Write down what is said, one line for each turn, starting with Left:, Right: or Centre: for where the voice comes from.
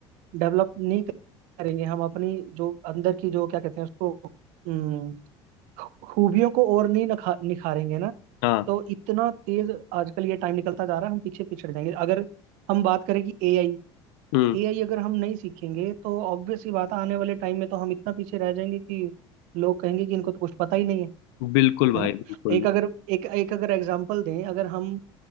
Right: डेवलप नहीं करेंगे हम अपनी जो अंदर की जो क्या कहते हैं उसको अम, खूबियों को और नहीं नखा, निखारेंगे ना
Left: हाँ
Right: तो इतना तेज आजकल ये टाइम निकलता जा रहा है हम पीछे पिछड़ जाएंगे अगर हम बात करें कि एआई
Left: हम्म
Right: एआई अगर हम नहीं सीखेंगे तो ऑब्वियस सी बात है आने वाले टाइम में तो हम इतना पीछे रह जाएंगे कि लोग कहेंगे कि इनको तो कुछ पता ही नहीं है
Left: बिल्कुल भाई
Right: है ना
Left: बिल्कुल
Right: एक अगर एक एक अगर एग्जांपल दें अगर हम